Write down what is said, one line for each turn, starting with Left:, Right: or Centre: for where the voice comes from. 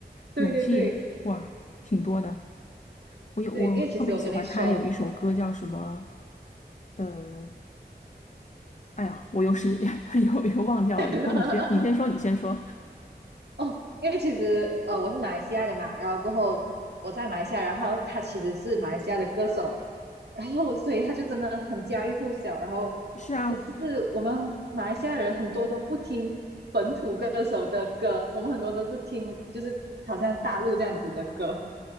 Right: 对对对
Left: 勇气，哇，挺多的。我有我特别喜欢她有一首歌叫什么？
Right: 对，因为其实我跟你说，
Left: 嗯，哎呀，我又是 <laughs> 又又忘掉了。
Right: <laughs>
Left: 你说，你先，你先说，你先说。
Right: 哦，因为其实呃我是马来西亚的嘛，然后过后我在马来西亚，然后他其实是马来西亚的歌手，然后所以他就真的很家喻户晓。然后可是我们马来西亚人很多都不听本土歌手的歌，
Left: 是啊，
Right: 我们很多都是听就是好像大陆这样子的歌，